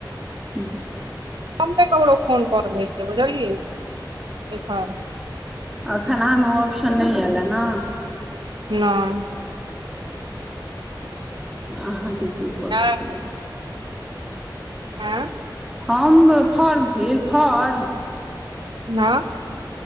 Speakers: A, in the centre; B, on the right.
A: हू
B: हम नहि ककरो फोन कऽ दै छियै बुझलियै एखन।
A: अखन आहांमे ओ ऑप्शन नहि एयल ह ने।
B: नहि
A: अहाँके केओ कऽ सकैया।
B: आँ आँ
A: हम फॉर्म फिल फॉर्म?
B: हँ